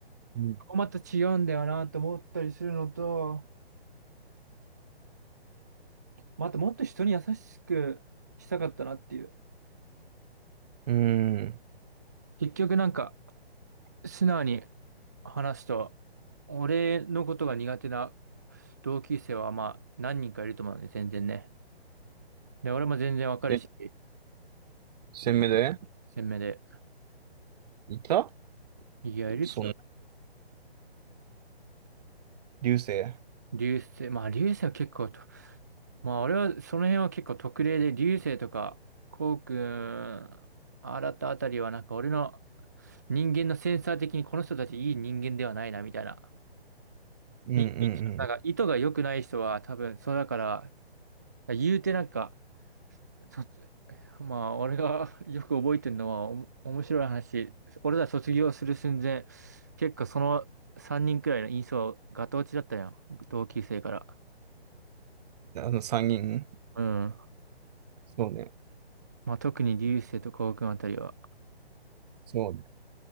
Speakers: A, on the right; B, on the right.
A: うん。
B: ここまた違うんだよなと思ったりするのと、またもっと人に優しくしたかったなっていう。
A: うーん
B: 結局なんか、素直に話すと、俺のことが苦手な同級生はまあ何人かいると思うんで、全然ね。で、俺も全然わかるし、
A: え、鮮明で
B: 鮮明で。
A: いた
B: いや、いるでしょ。
A: そんな、流星。
B: 流星、まあ流星は結構と、まあ俺はその辺は結構特例で、流星とか、こうくん、新たあたりはなんか俺の人間のセンサー的にこの人たちいい人間ではないな、みたいな。
A: うんうんう
B: いなんか意図が良くない人は多分、
A: ん
B: そうだから、言うてなんか、そまあ、俺が <laughs> よく覚えてるのは、おも、面白い話。俺ら卒業する寸前、結構その3人くらいの印象、ガタ落ちだったやん。同級生から。
A: あの3人
B: うん。
A: そうね。
B: まあ、特に流星と高君あたりは。
A: そうね。